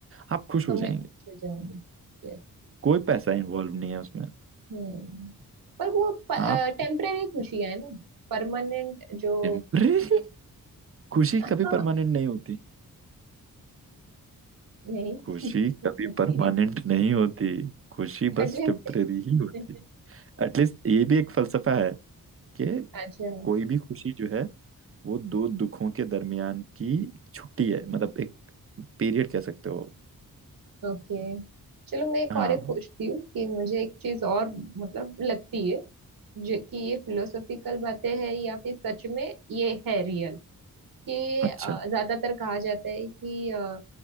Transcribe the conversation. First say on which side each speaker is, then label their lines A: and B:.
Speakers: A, on the right; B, on the right.
A: आप खुश
B: तो
A: हो जाएंगे
B: मैं खुश हो जाऊंगी यस
A: कोई पैसा इन्वॉल्व नहीं है उसमें
B: हम्म पर वो टेम्परेरी
A: आप
B: खुशी है ना परमानेंट जो
A: टेम्परेरी <laughs> खुशी
B: हाँ
A: कभी परमानेंट नहीं होती
B: नहीं
A: खुशी
B: <laughs>
A: कभी
B: होती
A: परमानेंट
B: है
A: नहीं होती खुशी बस
B: एटलीस्ट
A: टेम्परेरी ही होती
B: <laughs>
A: एटलीस्ट ये भी एक फलसफा है कि
B: अच्छा
A: कोई भी खुशी जो है वो दो दुखों के दरमियान की छुट्टी है मतलब एक पीरियड कह सकते हो
B: ओके चलो मैं एक
A: हाँ
B: और एक पूछती हूँ कि मुझे एक चीज और मतलब लगती है जो कि ये फिलोसॉफिकल बातें है या फिर सच में ये है रियल कि
A: अच्छा
B: अ, ज्यादातर कहा जाता है कि अ,